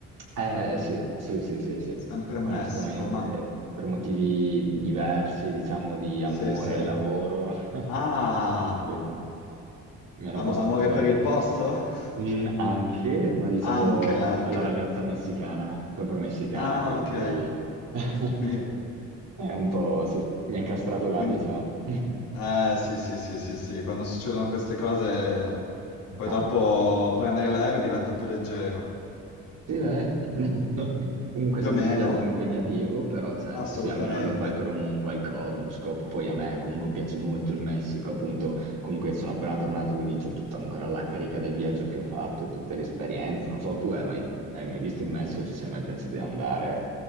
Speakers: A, on the right; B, on the left.
A: Eh sì, sì, sì, sì, sì.
B: Sempre in
A: Onestamente,
B: Messico, ma
A: per motivi diversi, diciamo di amore
B: sì, sì.
A: e lavoro, <laughs>
B: Ah,
A: sì, mi hanno
B: am-
A: costretto
B: amore
A: là.
B: per il posto? <laughs>
A: Mm, anche, ma diciamo
B: Anche, anche.
A: alla ragazza messicana, proprio messicana,
B: Ah,
A: quindi
B: ok.
A: <laughs>
B: Quindi.
A: è un po', sì, mi ha incastrato là,
B: Quindi,
A: diciamo.
B: eh, sì, sì, sì, sì, sì, quando succedono queste cose, poi
A: Ah,
B: dopo prendere l'aereo diventa più leggero,
A: Sì, dai. <laughs> Comunque
B: più
A: sembra
B: o meno,
A: un viaggio impegnativo, però certo,
B: assolutamente.
A: sì, almeno lo fai per un qualcosa, uno scopo. Poi a me comunque piace molto il Messico, appunto, comunque sono appena tornato, quindi ho tutta ancora la carica del viaggio che ho fatto e tutte le esperienze. Non so, tu hai mai, hai mai visto il Messico? Ci sei mai pensato di andare?